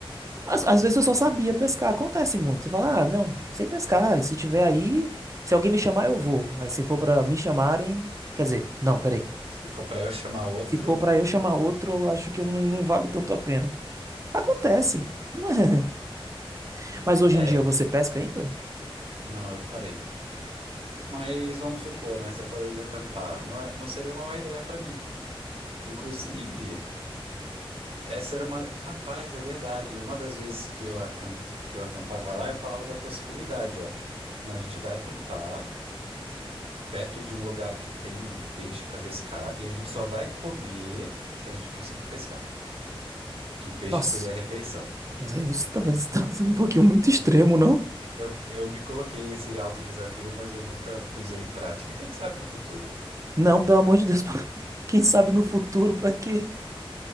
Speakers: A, on the right; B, on the right.
A: Às, às vezes eu só sabia pescar. Acontece muito. Você fala, ah, não, não sei pescar. E se tiver aí, se alguém me chamar, eu vou. Mas se for pra me chamarem. Quer dizer, não, peraí.
B: Se for para eu chamar outro,
A: Se for pra eu chamar outro, eu acho que não, não vale tanto a pena. Acontece. Não é? <laughs> Mas hoje
B: é,
A: em dia você pesca ainda?
B: não, eu parei. Mas vamos supor, né? Você falou de acampar. Não é, não seria uma má ideia para mim. Inclusive, essa era uma. Rapaz, é verdade. Uma das vezes que eu, acam... que eu acampava lá, eu falava da possibilidade, ó. Não, a gente vai acampar perto de um lugar que tem um peixe para pescar e a gente só vai comer se a gente conseguir pescar, que o peixe
A: Nossa,
B: seria a refeição.
A: mas aí você tá vendo, você tá sendo um pouquinho muito extremo, não?
B: Eu, eu me coloquei esse alto desafio, mas eu nunca pus ele em prática. Quem sabe no futuro?
A: Não, pelo amor de Deus. <laughs> Quem sabe no futuro, pra quê?